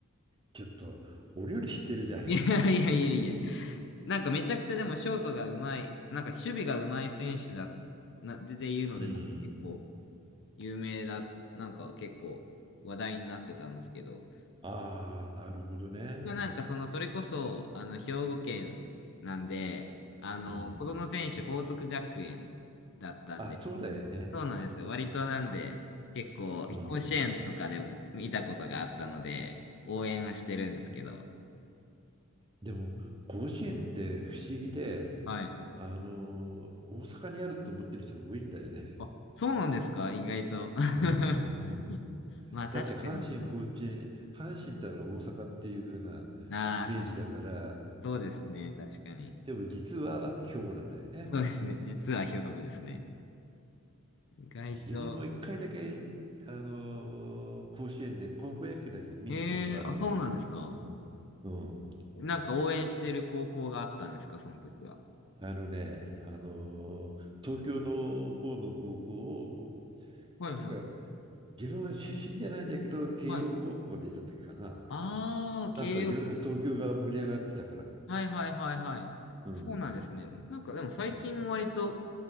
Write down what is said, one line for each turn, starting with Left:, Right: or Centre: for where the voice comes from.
Right: ちょっと、俺より知ってるじゃん。
Left: <laughs> いやいやいやいや。なんかめちゃくちゃでもショートがうまい、なんか守備がうまい選手だ、な、で、で言うので、
Right: うん。
Left: なんか結構、有名だ、なんか結構話題になってたんですけど、
Right: ああ、なるほどね。
Left: まあ、なんかその、それこそ、あの、兵庫県なんで、あの、
Right: うん。
Left: 子供選手報徳学園だったんで、
Right: ん。あ、そうだよね。
Left: そうなんですよ。割となんで、結構、
Right: うん。
Left: 甲子園とかでも見たことがあったので、応援はしてるんですけど、
Right: でも、甲子園って不思議で、
Left: はい。
Right: あの、大阪にあると思ってる人多いんだよね。
Left: あ、そうなんですか意外と。
Right: うん、
Left: <laughs>
Right: うん。
Left: まあ確かに。
Right: だって、阪神、甲子園、阪神ったら大阪っていう風なイメージだから、
Left: ああー、そうですね。確かに。
Right: でも実は兵庫なんだよね。
Left: そうですね。実は兵庫ですね。意外と。
Right: 自分も一回だけ、あのー甲子園で高校野球だけど見に行ったことあるんだけ
Left: ええあ、そうなんですか。
Right: ど。うん。うん。
Left: なんか応援してる高校があったんですか、その時は。
Right: あのね、あのー東京の方の高校を、
Left: はいはい。
Right: 確か自分は出身じゃないんだけど、慶応高校が出た時かな。
Left: はい。ああ、慶応高。
Right: なんか夜東京が盛り上がってたから。
Left: はいはいはいはい。
Right: うん。
Left: そうなんですね。なんかでも最近も割と
Right: うん